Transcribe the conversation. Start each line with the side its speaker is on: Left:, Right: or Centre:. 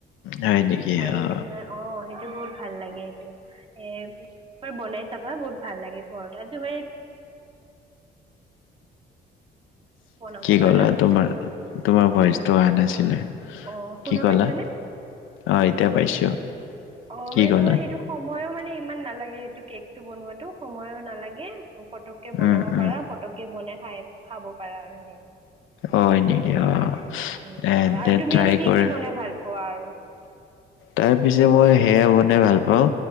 Left: হয় নেকি
Right: আৰু
Left: অ
Right: তোমাৰ অ', সেইটো বহুত ভাল লাগে এইটো এ বনাই চাবা বহুত ভাল লাগে ঘৰত আজি মানে বনাব
Left: কি
Right: পাৰা
Left: কলা তোমাৰ তোমাৰ ভইচটো অহা নাছিলে
Right: অঁ শুনা
Left: কি কলা
Right: পাইছানে
Left: অহ এতিয়া পাইছো
Right: অ',
Left: কি
Right: মানে
Left: ক'লা
Right: তোমাৰ সেইটো সময়ো মানে ইমান নালাগে সেইটো কেক টো বনোৱাতো সময়ো নালাগে পতককে বনাব
Left: উম উম
Right: পাৰা পতককে বনাই খাই খাব পাৰা আৰু সেই সেইকাৰণে
Left: অ হয় নেকি অ
Right: উম
Left: এ
Right: হয় আৰু
Left: দে
Right: তুমি
Left: ট্ৰাই
Right: এনে কি
Left: কৰি
Right: কি বনাই ভাল পোৱা আৰু
Left: তাৰপিছে মই সেয়া বনাই ভাল পাও,